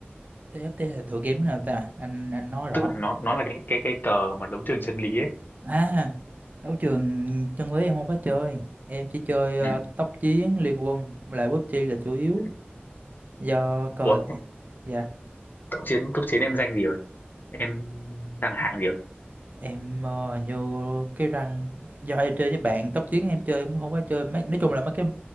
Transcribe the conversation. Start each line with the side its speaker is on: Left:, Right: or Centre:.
Right: TFT là tựa game nào ta anh anh nói rõ
Left: tức là nó nó là cái cái cái cờ mà đấu trường chân lý ấy
Right: à đấu trường chân lý em không có chơi em chỉ chơi ờ,
Left: ừ
Right: tốc chiến liên quân Với lại PUBG là chủ yếu
Left: ừ.
Right: do cờ
Left: ủa
Right: dạ
Left: cấp chiến cấp chiến em danh gì em đang hạng gì rồi
Right: em ờ, hình như cái răng do em chơi với bạn tốc chiến em chơi em cũng không có chơi mấy nói chung là mấy cái